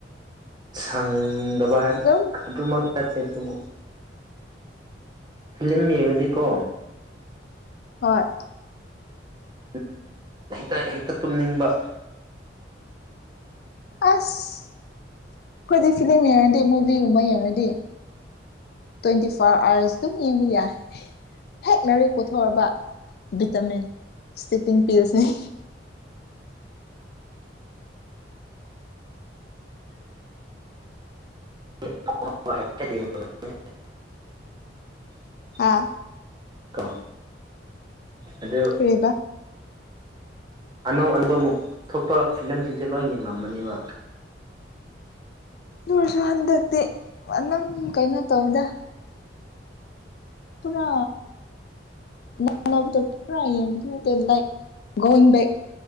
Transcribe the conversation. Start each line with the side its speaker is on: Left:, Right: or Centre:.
Right: ꯁꯪꯗꯕ ꯍꯥꯏ
Left: ꯑꯗꯨꯝ
Right: ꯀꯟ__ ꯇꯨꯝꯃ ꯗꯤ ꯑꯦꯠ ꯑꯦꯠ ꯇꯨꯝꯃꯨ ꯐꯤꯂꯝ ꯌꯦꯡꯉꯗꯤꯀꯣ
Left: ꯍꯣꯏ
Right: <inaudible> ꯍꯩꯇ ꯍꯦꯛꯇ ꯇꯨꯝꯅꯤꯡꯕ
Left: ꯑꯁ ꯑꯩꯈꯣꯏꯗꯤ ꯐꯤꯂꯝ ꯌꯦꯡꯔꯗꯤ ꯃꯨꯚꯤꯒꯨꯝꯕ ꯌꯦꯡꯔꯗꯤ ꯇ꯭ꯋꯦꯟꯇꯤ ꯐꯣꯔ ꯑꯥꯋꯥꯔ꯭ꯁ ꯑꯗꯨꯝ ꯌꯦꯡꯕ ꯌꯥꯏ ꯍꯦꯛ ꯂꯥꯔꯤꯛ ꯄꯨꯊꯣꯛꯔꯕ ꯚꯤꯇꯥꯃꯤꯟ ꯁꯇꯤꯞꯄꯤꯡ ꯄꯤꯜꯁꯅꯤ
Right: <unintelligible>
Left: ꯑꯥ
Right: ꯀꯣ ꯑꯗꯨ
Left: ꯀꯔꯤꯕ
Right: ꯑꯅꯧ ꯑꯅꯧꯕ ꯑꯃꯨꯛ ꯊꯣꯛꯄ ꯐꯤꯂꯝꯖꯤꯡꯖꯦ ꯂꯣꯏ ꯌꯦꯡꯂꯝꯕꯅꯦꯕ
Left: ꯗꯨ ꯑꯣꯏꯔꯁꯨ ꯍꯟꯗꯛꯇꯤ ꯑꯗꯨꯝ ꯀꯩꯅꯣ ꯇꯧꯏꯗ ꯄꯨꯔꯥ ꯅꯞ__ ꯑꯅꯧꯕꯗꯣ ꯄꯨꯔꯥ ꯌꯦꯡꯕꯗꯤ ꯅꯠꯇꯦ ꯂꯥꯏꯛ ꯒꯣꯌꯤꯡ ꯕꯦꯛ